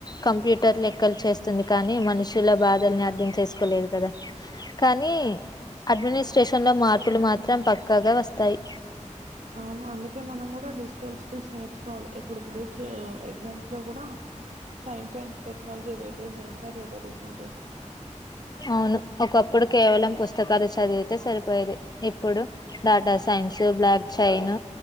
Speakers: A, on the left; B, on the right.
A: కంప్యూటర్ లెక్కలు చేస్తుంది కానీ మనుషుల బాధల్ని అర్థం చేసుకోలేదు కదా కానీ అడ్మినిస్ట్రేషన్లో మార్పులు మాత్రం పక్కాగా వస్తాయి
B: అవును అందుకే మనం కూడా డిజిటల్ స్కిల్స్ నేర్చుకోవాలి ఇప్పుడు గ్రూప్స్ ఎగ్జామ్స్ లో కూడా సైన్స్ అ టెక్నాలజీ వైటేజ్ పెంచారు కదా రీసెంట్ గా
A: అవును ఒకప్పుడు కేవలం పుస్తకాలు చదివితే సరిపోయేది ఇప్పుడు డాటా సైన్స్ బ్లాక్ చైన్